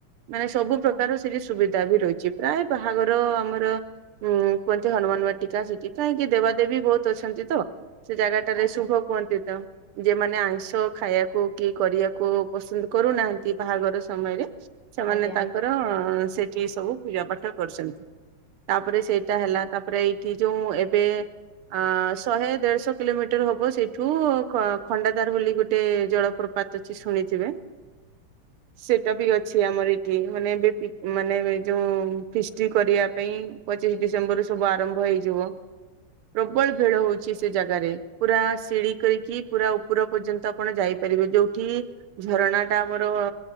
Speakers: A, on the right; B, on the right.
A: ମାନେ ସବୁ ପ୍ରକାର
B: ଆଜ୍ଞା
A: ସେଠି ସୁ ସୁବିଧା ବି ରହିଛି ପ୍ରାୟ ବାହାଘର ଆମର ହୁଁ କୁହନ୍ତି ହନୁମାନ ବାଟିକା ସେଠି କାହିଁକି ଦେବାଦେବୀ ବହୁତ ଅଛନ୍ତି ତ। ସେ ଜାଗାଟାରେ
B: ଆଜ୍ଞା
A: ଶୁଭ କୁହନ୍ତି ତ। ଯେମାନେ ଆଇଁଷ ଖାଇବାକୁ କି କରିବାକୁ ପସନ୍ଦ କରୁନାହାନ୍ତି ବାହାଘର ସମୟରେ। ସେମାନେ
B: ଆଜ୍ଞା
A: ତାଙ୍କର ସେଠି ସବୁ ପୂଜା ପାଠ କରୁଛନ୍ତି। ତାପରେ ସେଇଟା ହେଲା, ତାପରେ ଏଇଠି ଯୋଉ ଏବେ ଆ ଶହେ ଦେଢଶହ କିଲୋମିଟର ହବ ସେଇଠ ଠୁ ଖଣ୍ଡାଧାର ବୋଲି ଗୋଟେ ଜଳପ୍ରପାତ ଅଛି ଶୁଣିଥିବେ। ସେଟା ବି ଅ ଅଛି ଆମର ଏଠି ମାନେ ଏବେ <unintelligible> ମାନେ ଏ ଯୋଉ ଫିଷ୍ଟ କରିବା ପାଇଁ ପଚିଶ ଡିସେମ୍ବର ସବୁ ଆରମ୍ଭ ହେଇଯିବ। ପ୍ରବଳ ଭିଡ ହଉଛି ସେ ଜାଗାରେ ପୁରା ସିଡି କରିକି ପୁରା ଉପର ପର୍ଯ୍ୟନ୍ତ ଆପଣ ଯାଇପାରିବେ ଯୋଉଠି ଝରଣା ଟା ଆମର